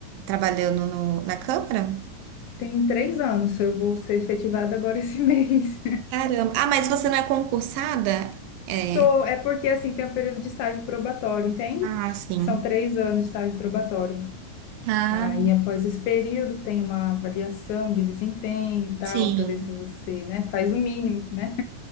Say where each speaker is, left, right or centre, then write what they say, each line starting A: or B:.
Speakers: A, on the right; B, on the left.
A: trabalhando no- na Câmara?
B: Tem três anos, eu vou ser efetivada agora esse <laughs> mês.
A: Caramba. Ah, mas você não é concursada? É.
B: Sou, é porque assim tem um período de estágio probatório, entende?
A: Ah, sim.
B: São três anos de estágio probatório.
A: Ah,
B: Aí, após esse período, tem uma avaliação de desempenho e tal,
A: sim.
B: para ver se você, né, faz o mínimo, né?